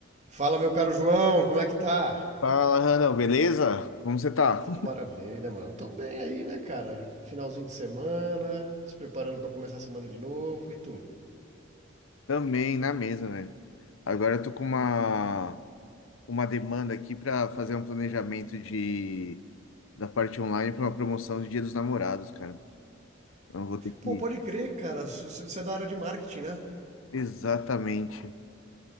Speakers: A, on the right (about 35°); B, on the left (about 80°).
A: Fala, meu caro João, como é que tá?
B: Fala, Randall, beleza? Como você tá?
A: Tudo
B: <laughs>
A: maravilha, mano. Tamo bem aí, né, cara? Finalzinho de semana, se preparando pra começar a semana de novo, e tu?
B: Também na mesa, velho. Agora eu tô com uma, uma demanda aqui pra fazer um planejamento de, da parte online pra uma promoção de Dia dos Namorados, cara. Então Eu vou ter que.
A: Pô, pode crer, cara, c- você é da área de marketing, né?
B: Exatamente,